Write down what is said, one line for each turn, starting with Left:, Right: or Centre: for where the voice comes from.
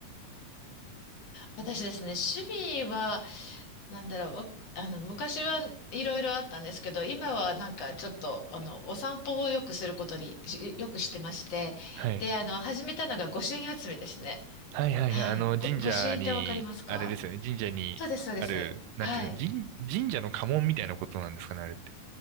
Left: 私ですね、趣味は、なんだろう、わあの、昔はいろいろあったんですけど、今はなんかちょっと、あの、お散歩をよくすることに、しよくしてまして、
Right: はい。
Left: で、あの、始めたのが御朱印集めですね。
Right: はいはいはい。
Left: はい。
Right: あの、神社に、
Left: ご、御朱印ってわかりますか
Right: あれですよね。神社にある、
Left: そうです、そうです。
Right: なんていうんですか、
Left: はい。
Right: 神、神社の家紋みたいなことなんですかね、あれって。